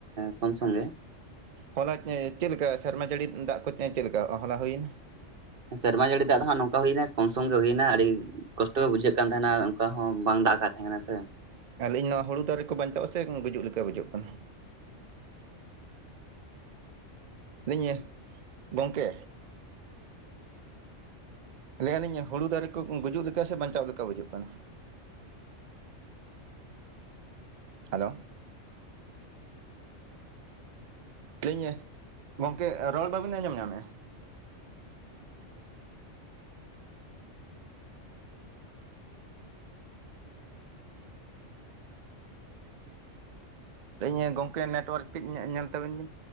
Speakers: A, on the right (about 50°); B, on the right (about 65°).
A: ᱠᱚᱢ ᱥᱚᱝᱜᱮ
B: ᱦᱚᱞᱟ ᱪᱮᱫ ᱞᱮᱠᱟ ᱥᱮᱨᱢᱟ ᱡᱟᱹᱲᱤ ᱫᱟᱜ ᱠᱚᱛᱮ ᱪᱮᱫ ᱞᱮᱠᱟ ᱦᱚᱞᱟ ᱦᱩᱭᱮᱱ
A: ᱥᱮᱨᱢᱟ ᱡᱟᱹᱲᱤ ᱫᱟᱜ ᱫᱚ ᱦᱟᱸᱜ ᱱᱚᱝᱠᱟ ᱦᱩᱭᱱᱟ ᱠᱚᱢᱥᱚᱢ ᱜᱮ ᱦᱩᱭᱱᱟ ᱟᱹᱰᱤ ᱠᱚᱥᱴᱚ ᱜᱮ ᱵᱩᱡᱷᱟᱹᱜ ᱠᱟᱱ ᱛᱟᱦᱮᱱᱟ ᱚᱝᱠᱟ ᱦᱚᱸ ᱵᱟᱝ ᱫᱟᱜ ᱠᱟᱜ ᱛᱟᱦᱮᱱᱟ ᱥᱮ
B: ᱟᱹᱞᱤᱧ ᱱᱚᱣᱟ ᱦᱩᱲᱩ ᱫᱟᱨᱮ ᱠᱚ ᱵᱟᱧᱪᱟᱜᱼᱟ ᱥᱮ ᱜᱩᱡᱩᱜ ᱞᱮᱠᱟ ᱵᱩᱡᱩᱜ ᱠᱟᱱᱟ ᱞᱟᱹᱭ ᱤᱧ ᱜᱚᱢᱠᱮ ᱞᱟᱹᱭᱟᱞᱤᱧ ᱦᱩᱲᱩ ᱫᱟᱨᱮ ᱠᱚ ᱜᱩᱡᱩᱜ ᱞᱮᱠᱟ ᱥᱮ ᱵᱟᱧᱪᱟᱣ ᱞᱮᱠᱟ ᱵᱩᱡᱩᱜ ᱠᱟᱱᱟ ᱦᱟᱞᱳ ᱞᱟᱹᱭᱤᱧ ᱜᱚᱢᱠᱮ ᱨᱚᱲ ᱵᱟᱹᱵᱤᱱ ᱟᱸᱡᱚᱢ ᱧᱟᱢᱮᱼᱟ ᱞᱟᱭᱹᱤᱧ ᱜᱚᱝᱠᱮ ᱱᱮᱴᱣᱟᱨᱠ ᱠᱟᱹᱡ ᱧᱮᱞ ᱛᱟᱵᱤᱱ ᱵᱤᱱ